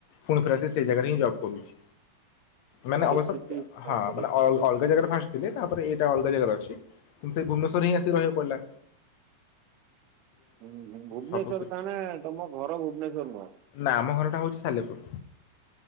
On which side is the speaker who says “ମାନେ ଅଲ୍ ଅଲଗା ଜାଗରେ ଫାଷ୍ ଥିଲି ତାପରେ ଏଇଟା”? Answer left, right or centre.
Left